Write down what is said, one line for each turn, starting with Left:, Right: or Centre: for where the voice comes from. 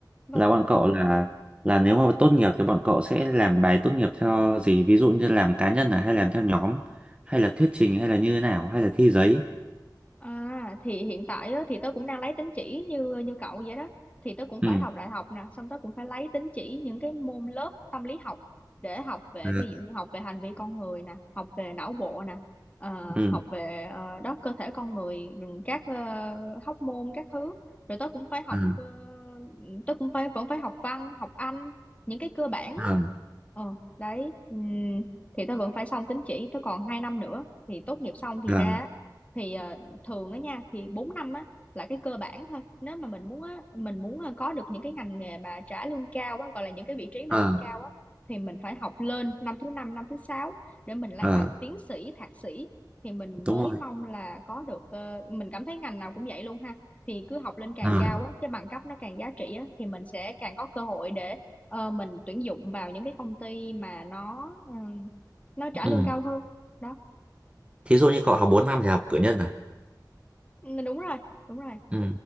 Left: vâng
Right: Là bọn cậu là là nếu mà tốt nghiệp thì bọn cậu sẽ làm bài tốt nghiệp theo gì? Ví dụ như làm cá nhân à, hay làm theo nhóm, hay là thuyết trình hay là như thế nào, hay là thi giấy?
Left: À thì hiện tại á, thì tớ cũng đang lấy tín chỉ như như cậu vậy đó thì tớ cũng
Right: Ừ.
Left: phải học đại học nè xong tớ cũng phải lấy tín chỉ những cái môn lớp tâm lý học để học về
Right: Ừ.
Left: ví dụ như học về hành vi con người nè học về não bộ nè ờ,
Right: Ừ.
Left: học về ờ, đó cơ thể con người rồi các uh, hóc môn các thứ rồi tớ cũng phải học
Right: Ừ.
Left: ờ, tớ cũng phải vẫn phải học văn học Anh những cái cơ bản á
Right: Ừ.
Left: ờ đấy ừm, thì tớ vẫn phải xong tín chỉ tớ còn hai năm nữa thì tốt nghiệp xong thì
Right: à.
Left: ra thì ờ, thường á nha thì 4 năm á là cái cơ bản thôi nếu mà mình muốn á mình muốn ờ, có được những cái ngành nghề mà trả lương cao á gọi là những cái vị trí mà
Right: à
Left: lương cao á thì mình phải học lên năm thứ năm năm thứ sáu để mình lấy
Right: à
Left: bằng tiến sĩ thạc sĩ thì mình
Right: đúng
Left: mới
Right: rồi
Left: mong là có được ờ, mình cảm thấy ngành nào cũng vậy luôn ha thì cứ học lên càng
Right: ừ, à
Left: cao á cái bằng cấp nó càng giá trị á thì mình sẽ càng có cơ hội để ờ, mình tuyển dụng vào những cái công ty mà nó ừm, nó trả
Right: ừ.
Left: lương cao hơn đó
Right: thí dụ như cậu học 4 năm thì học cử nhân à
Left: Ừ, đúng rồi đúng rồi
Right: ừ.